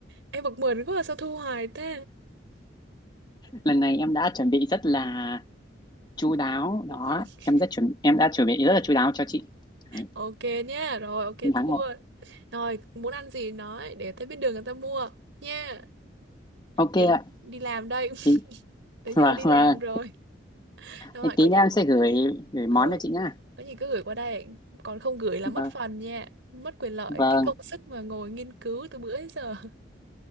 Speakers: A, on the right (about 75°); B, on the left (about 20°).
A: Em bực mình quá à, sao thua hoài ta.
B: lần này em đã chuẩn bị rất là chu đáo đó
A: <laughs>
B: em rất chuẩn em đã chuẩn bị rất là chu đáo cho chị Đấy,
A: Ok nha, rồi ok
B: chiến thắng
A: thua.
B: rồi
A: Rồi, muốn ăn gì nói để tới bên đường người ta mua nha.
B: ok
A: Đi
B: ạ
A: đi làm đây,
B: thì
A: <laughs> tới
B: vâng
A: giờ đi
B: vâng
A: làm rồi. Rồi,
B: Thế tí
A: có gì
B: nữa em sẽ gửi gửi món
A: ừ,
B: cho chị nhá
A: có gì cứ gửi qua đây, còn không gửi là
B: vâng
A: mất phần nha, mất quyền lợi
B: vâng
A: cái công sức mà ngồi nghiên cứu từ bữa đến giờ.